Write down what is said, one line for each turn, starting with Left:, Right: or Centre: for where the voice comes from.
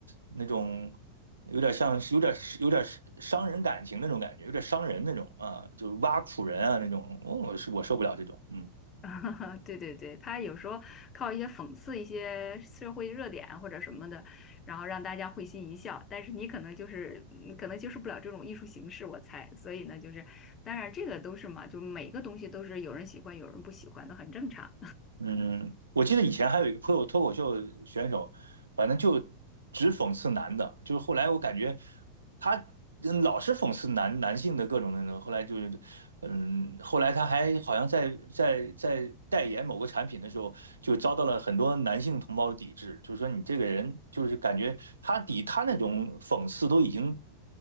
Right: 那种，有点像是有点有点伤人感情那种感觉，有点伤人那种啊，就是挖苦人啊那种，我我是我受不了这种，嗯。
Left: <laughs> 对对对，他有时候靠一些讽刺一些社会热点或者什么的，然后让大家会心一笑。但是你可能就是，嗯可能接受不了这种艺术形式，我猜。所以呢，就是，当然这个都是嘛，就每个东西都是有人喜欢，有人不喜欢的，很正常。
Right: 嗯，我记得以前还有一个脱口脱口秀选手，反正就只讽刺男的，就是后来我感觉他嗯老是讽刺男男性的各种那种，后来就是嗯，后来他还好像在在在代言某个产品的时候，就遭到了很多男性同胞的抵制，就是说你这个人就是感觉他抵他那种讽刺都已经